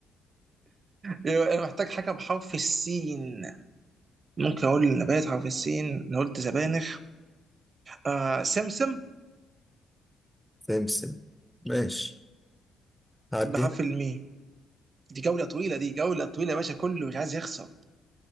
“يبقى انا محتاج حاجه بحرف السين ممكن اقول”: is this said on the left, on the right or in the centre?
Right